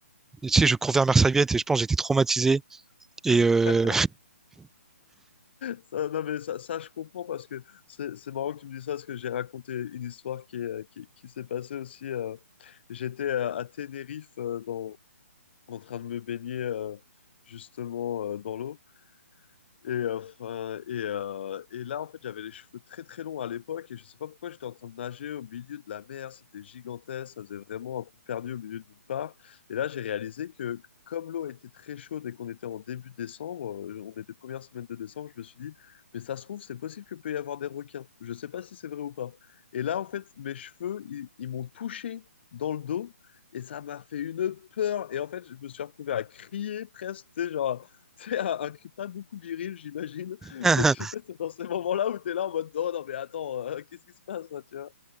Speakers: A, in the centre; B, on the left (about 50°).
A: Et, tu sais, je cours vers ma serviette et je pense que j'étais traumatisé.
B: <laughs>
A: Et, euh...
B: Ça, non mais ça, ça, je comprends parce que c'est c'est marrant que tu me dises ça parce que j'ai raconté une histoire qui, est- qui, qui s'est passée aussi. euh, j'étais à, à Tenerife euh, dans, en train de me baigner euh, justement euh, dans l'eau. Et, euh, enfin, et, euh, et là, en fait, j'avais les cheveux très très longs à l'époque et je sais pas pourquoi j'étais en train de nager au milieu de la mer. C'était gigantesque, ça faisait vraiment un peu perdu au milieu de nulle part. Et là, j'ai réalisé que comme l'eau était très chaude et qu'on était en début décembre, euh, on était première semaine de décembre, je me suis dit, mais ça se trouve, c'est possible que peut y avoir des requins. Je sais pas si c'est vrai ou pas. Et là, en fait, mes cheveux, ils, ils m'ont touché dans le dos et ça m'a fait une peur. Et en fait, je me suis retrouvé à crier presque, tu sais, genre c'est un, un cri pas beaucoup viril, j'imagine.
A: <laughs>
B: Et tu sais, c'est dans ces moments-là où t'es là en mode non, non, mais attends, euh, <laughs> qu'est-ce qui se passe là, tu vois?